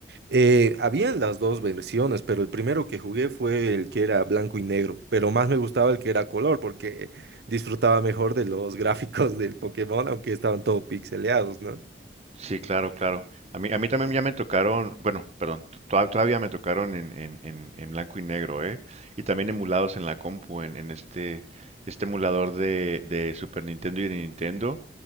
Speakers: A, on the right (about 65°); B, on the right (about 35°).
A: Eh, habían las dos versiones, pero el primero que jugué fue el que era blanco y negro, pero más me gustaba el que era color porque disfrutaba mejor de los <laughs> gráficos del Pokémon, aunque estaban todo pixeleados, ¿no?
B: Sí, claro, claro. A mí, a mí también ya me tocaron, bueno, perdón, to- toda- todavía me tocaron en, en, en, en blanco y negro, ¿eh? Y también emulados en la compu, en, en este, este emulador de, de Super Nintendo y de Nintendo.